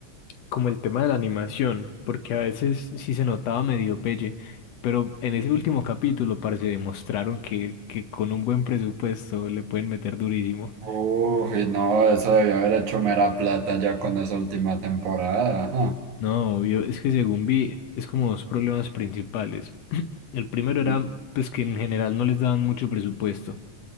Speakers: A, on the left; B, on the right.
A: como el tema de la animación, porque a veces sí se notaba medio pelle, pero en ese último capítulo parece demostraron que, que con un buen presupuesto le pueden meter durísimo.
B: Uy, no, eso debió haber hecho mera plata ya con esa última temporada. ajá.
A: No, obvio, es que según vi, es como dos problemas principales. <clears throat> El primero era,
B: Y
A: pues, que en general no les daban mucho presupuesto.